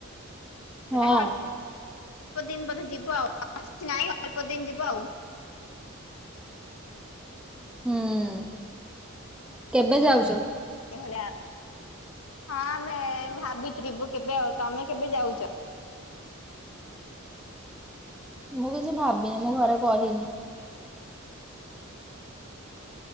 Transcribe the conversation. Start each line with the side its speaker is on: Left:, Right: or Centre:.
Centre: ହଁ
Left: ସେଟା ଅଳ୍ପ ଦିନ ବୋଧେ ଯିବ ଆଉ କପାସିଟି ନାହିଁ ଅଳ୍ପ ଦିନ ଯିବ ଆଉ।
Centre: ହୁଁ କେବେ ଯାଉଛ?
Left: ଏଭଳିଆ ଆଉ ହଁ ଆମେ ଭାବିଚି ଯିବୁ କେବେ ଆଉ। ତମେ କେବେ ଯାଉଛ?
Centre: ମୁଁ କିଛି ଭାବିନି ମୁଁ ଘରେ କହିନି।